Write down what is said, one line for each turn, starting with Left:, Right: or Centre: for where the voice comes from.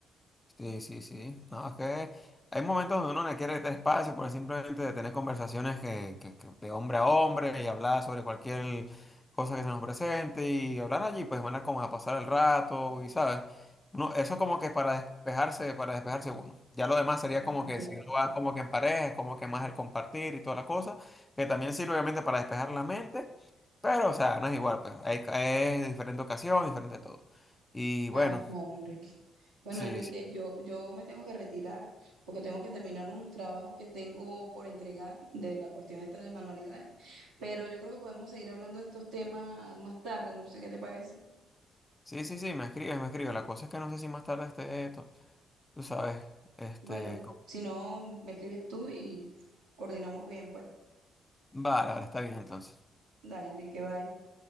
Left: Sí, sí, sí. No, es que hay momentos donde uno le quiere quitar espacio por simplemente de tener conversaciones que, que- que de hombre a hombre y hablar sobre cualquier cosa que se nos presente y hablar allí, pues van a como a pasar el rato y, ¿sabes? no, eso como que para despejarse, para despejarse uno. Ya lo demás sería
Right: Claro,
Left: como que
Right: claro,
Left: si uno va como que en pareja, es como que más el compartir y toda la cosa, que también sirve obviamente para despejar la mente, pero, o sea, no es igual, pues hay, es diferente ocasión, diferente todo. Y
Right: claro,
Left: bueno.
Right: claro, Enrique. Bueno,
Left: Sí,
Right: Enrique, yo, yo me tengo que retirar porque tengo que terminar unos trabajos que tengo por entregar de la cuestión esta de manualidades, pero yo creo que podemos seguir hablando de estos temas más tarde, no sé qué te parece.
Left: Sí, sí, sí, me escribes, me escribes. La cosa es que no sé si más tarde esté, to- tú sabes, este...
Right: Bueno,
Left: co-
Right: si no, me escribes tú y coordinamos bien, pues.
Left: Vale, vale, está bien entonces.
Right: Dale, Enrique, bye.